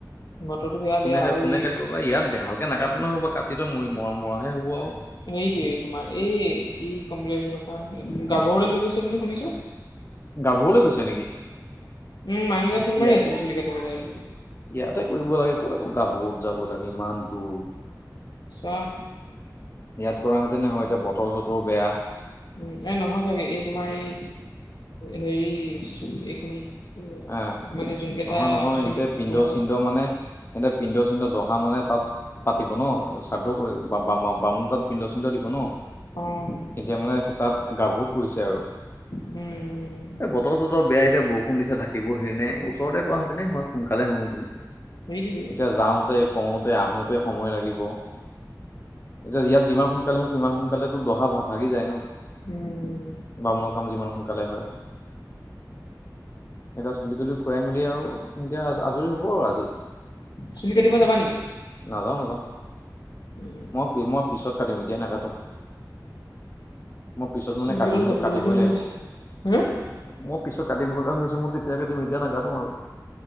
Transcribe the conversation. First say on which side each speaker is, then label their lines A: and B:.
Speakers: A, on the left; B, on the left.
A: বতৰটো বেয়া বেয়া
B: কোনে
A: আৰু
B: কা কোনে
A: এই
B: কাটিব বা ইয়াত বেহাল একে নাকাতে নহব কাটি মৰা মৰাহে হ'ব আৰু।
A: সেইটোয়ে তোমাৰ এই কি কম বুলি ভাবিছিলোঁ ৰখা গাভৰু তাত লৈ গৈছে বুলি শুনিছো
B: গাভৰুলে গৈছে নেকি?
A: উম মাইনা দাই ফোন মাৰি
B: ইয়াতে
A: আছিল চুলি কাটিব যাই বুলি
B: ইয়াতে কৰিব লাগে ক'তো আকৌ গাভৰুত যাব লাগে ইমান দূৰ
A: চোৱা
B: ইয়াত কৰা হেঁতেন হয় এতিয়া বতৰ চতৰো বেয়া
A: উম এই নহয় চাগে এই তোমাৰ এই হেৰি এইখিনি উম
B: হা
A: মানে যোন কেইটা
B: নহয় নহয়
A: চুলি
B: সিহঁতে পিণ্ড
A: খুৰাব
B: চিণ্ড মানে সিহঁতে পিন্ধ চিনধ দহা মানে তাত পাতিব ন শ্ৰাদ্ধ কৰি বামুণ তাত পিন্ধ চিন্ধ দিব ন
A: অ',
B: এতিয়া মানে সিতাত গাভৰুত পৰিছে আৰু
A: উম
B: বতৰ চতৰ বেয়া এতিয়া বৰষুণ দিছে থাকিব সেৰি নাই ওচৰতে কোৱা হেতেনে হয় সোনকালে হলহেতেন
A: সেইটোৱে।
B: এতিয়া যাওঁতে কওঁতে আহোঁতে সময় লাগিব এতিয়া ইয়াত যিমান সোনকালে হয় সিমান সোনকালেতো দহা ভাগি যায় ন
A: উম
B: বামুণৰ কাম যিমান সোনকালে হয় সিহঁতে এতিয়া চুলি তুলি খুৰাই মেলি আৰু এতিয়া আজৰি হ'ব আৰু আজি
A: চুলি কাটিব যাব নেকি?
B: নাযাওঁ নাযাওঁ
A: উম
B: মই মই পিছত কাটিম এতিয়া নাকাটো মই পিছত মানে
A: চুলি
B: কাটিব
A: কেইডাল কাটিবলগীয়া
B: কাটিবই লাগিব,
A: হৈ আছে। হা
B: মো পিছত কাটিব লগা হৈছে মোৰ তেতিয়াই কাটিম এতিয়া নাকাটো আৰু